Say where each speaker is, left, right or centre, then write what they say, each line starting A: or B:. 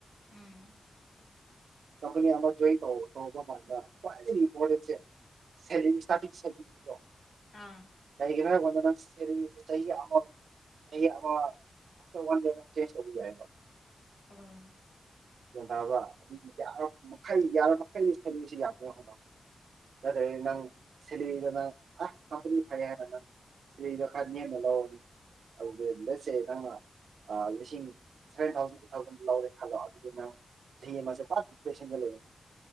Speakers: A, on the left (about 75°); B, on the right (about 85°).
A: ꯎꯝ
B: ꯀꯝꯞꯅꯤ ꯑꯃꯥ ꯇꯧꯕꯥ ꯇꯧꯕꯥꯃꯥꯟꯗ ꯈꯣꯌꯗꯒꯤ ꯄꯣꯔꯦꯟꯁꯦ ꯁꯧꯔꯤꯟ ꯁꯇꯔꯇꯤꯛ <unintelligible> ꯀꯦ
A: ꯑꯥ
B: <unintelligible>
A: ꯑꯥ
B: ꯒꯦꯟ ꯇꯥꯕꯥ ꯃꯤ ꯌꯥꯝ ꯃꯈꯜ ꯌꯥꯝ ꯃ ꯀꯩ ꯏꯁꯜꯁꯤ ꯌꯥꯗ ꯍꯅꯣ ꯅꯠꯇ꯭ꯔꯗꯤ ꯅꯪꯦꯂꯔꯤꯗ ꯅꯪ ꯑ ꯀꯝꯄꯅꯤ ꯐꯩꯦ ꯍꯥꯏꯅ ꯅꯪꯦꯂꯔꯤꯗ ꯈꯔ ꯅꯦꯝꯅ ꯂꯧꯔꯅꯤ ꯑꯗꯨꯦꯠꯁꯦ ꯅꯪꯅ ꯂꯤꯁꯤꯡ ꯁꯚꯦꯟ ꯊꯥꯎꯖꯟ ꯑꯩꯠ ꯊꯥꯎꯖꯟ ꯂꯧꯔꯦ ꯈꯜꯂꯣ ꯑꯗꯨꯗ ꯅꯪ ꯆꯍꯤ ꯑꯃꯦ ꯄꯨꯞ ꯏꯦꯁꯟꯗ ꯂꯩꯔꯅꯤ